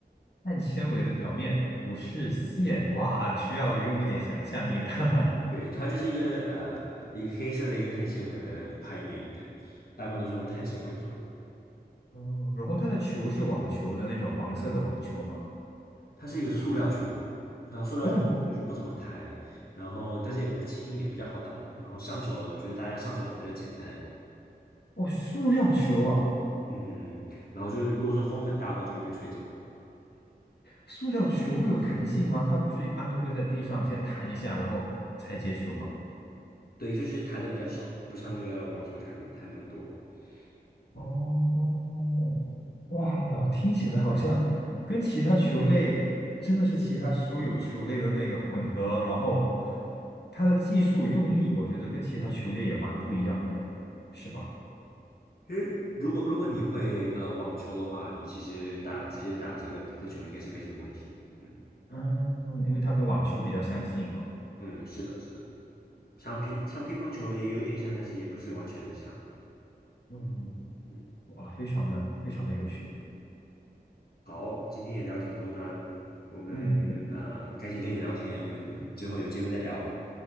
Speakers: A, on the left; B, on the left.
A: 碳纤维的表面不是线，哇，需要用一点想象力。啊。
B: 对，它就是一个呃一个黑色的一个碳纤维的拍面，对，大部分都是用碳纤维做的。
A: 哦，然后它的球是网球的那种黄色的网球吗？
B: 它是一个塑料球，然后塑料球就就不怎么弹，
A: 哦
B: 然后但是也比较轻一点，比较好打，然后上手就是大家上手比较简单。
A: 哦，塑料球啊，
B: 嗯，然后就是如果说风很大的话，就会被吹走。
A: 塑料球会有弹性吗？它不是一般都会在地上先弹一下，然后才接球吗？
B: 对，就是弹的比较少，不像那个网球弹弹那么多。嗯，
A: 哦，哇，听起来好像跟其他球类真的是其他所有球类的那个混合，然后它的技术用力，我觉得跟其他球类也蛮不一样的耶，是吧？
B: 其实如果如果你会呃网球的话，你其实打直接打这个皮克球应该是没什么问题的。嗯
A: 嗯，因为它跟网球比较相近哦。
B: 嗯，是的，是的，像乒像乒乓球也有点像，但是也不是完全的像。
A: 嗯。
B: 嗯嗯，
A: 哇，非常的非常的有趣。
B: 好，今天也聊挺多的啊我们呃很开心跟你聊天，
A: 嗯，
B: 我们之后有机会再聊。